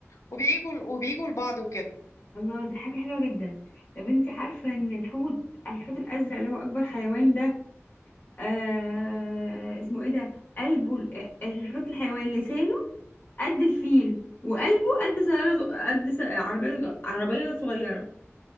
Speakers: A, on the left; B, on the left.
A: وبيجوا ل- وبيجوا لبعض وكده
B: الله دي حاجة حلوة جدا طب انت عارفة ان الحوت الحوت الأزرق اللي هو أكبر حيوان ده آه اسمه ايه ده قلبه الحوت الحيوان لسانه قد الفيل وقلبه قد سيارة ز- قد س- عربية ز- عربية صغيرة